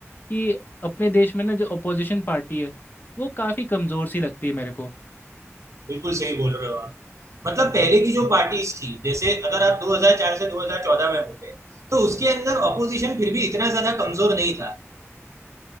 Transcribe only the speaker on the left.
कि अपने देश में ना जो अपोजिशन पार्टी है वो काफ़ी कमज़ोर सी लगती है मेरे को